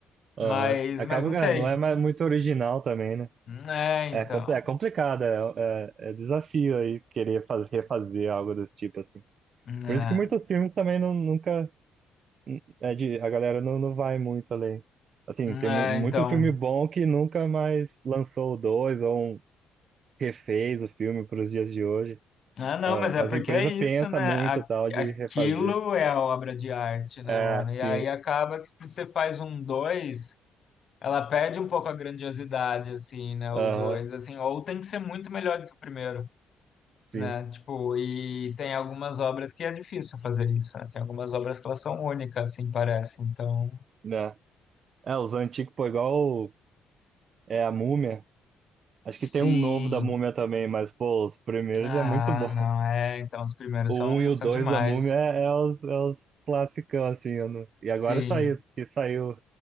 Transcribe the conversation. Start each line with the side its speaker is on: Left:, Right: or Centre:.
Right: Aham.
Left: Mas,
Right: Acaba,
Left: mas não
Right: que
Left: sei.
Right: ah, não é mais muito original também, né?
Left: É, então.
Right: É, compli- é complicado, é, é, é desafio aí querer fazer, refazer algo desse tipo, assim.
Left: É,
Right: Por isso que muitos filmes também não, nunca, é de, a galera não, não vai muito além. Assim, tem
Left: é,
Right: mu- muito
Left: então.
Right: filme bom que nunca mais lançou o dois ou um, refez o filme para os dias de hoje.
Left: Ah, não,
Right: Ah,
Left: mas é porque
Right: as empresas
Left: é isso,
Right: pensam
Left: né? A-
Right: muito tal de
Left: Aquilo
Right: refazer.
Left: é a obra de arte, né,
Right: É,
Left: mano? E
Right: sim.
Left: aí acaba que se você faz um dois ela perde um pouco a grandiosidade, assim, né?
Right: Aham,
Left: O dois assim, ou tem que ser muito melhor do que o primeiro,
Right: sim.
Left: né? Tipo, e tem algumas obras que é difícil fazer isso, né? Tem algumas obras que elas são únicas, assim, parece. Então,
Right: Né? É, os antigos, pô, igual o- é, a Múmia. Acho
Left: sim.
Right: que tem um novo da Múmia também, mas, pô, os primeiros
Left: Ah,
Right: é muito bom.
Left: não, é. Então, os primeiros
Right: O
Left: são,
Right: um e o
Left: são
Right: 2
Left: demais.
Right: da Múmia é, é os, é os classicão, assim. eu não- E
Left: Sim,
Right: agora saiu, que saiu.